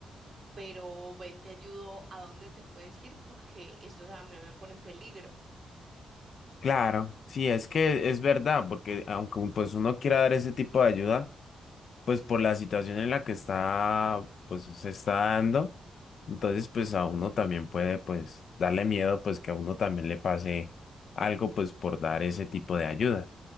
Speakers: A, on the right; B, on the left.
A: pero ven, te ayudo a dónde te puedes ir porque esto, o sea, a mí me pone en peligro.
B: Claro, sí, es que es verdad, porque aunque un- pues uno quiera dar ese tipo de ayuda, pues por la situación en la que está, pues se está dando, entonces pues a uno también puede pues darle miedo pues que a uno también le pase algo pues por dar ese tipo de ayuda.